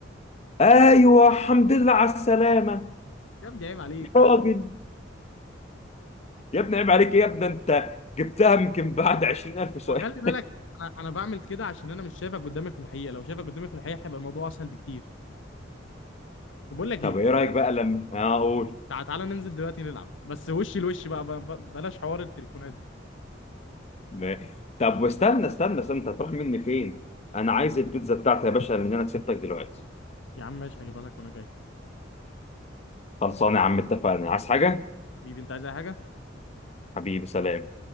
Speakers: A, on the left (about 35°); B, on the left (about 80°).
A: ايوه الحمد لله على السلامه
B: يا ابني عيب عليك
A: يا راجل يا ابني عيب عليك إيه يا ابني انت جبتها يمكن بعد 20000 سؤال
B: وخلي بالك انا أنا بعمل كده عشان انا مش شايفك قدامي في الحقيقه لو شايفك قدامي في الحقيقه هيبقى الموضوع اسهل بكتير طب بقول لك
A: طب
B: ايه
A: ايه رايك بقى لما اقول
B: تع- تعالى ننزل دلوقتي نلعب بس وش لوش بقى ب- ب- بلاش حوار التليفونات ده
A: ما- طب واستنى استنى استنى انت هتروح مني فين؟ انا عايز البيتزا بتاعتي يا باشا لان انا كسبتك دلوقتي
B: يا عم ماشي هجيبها لك وانا جاي
A: خلصانه يا عم اتفقنا عايز حاجه؟
B: حبيبي انت عايز اي حاجه
A: حبيبي سلام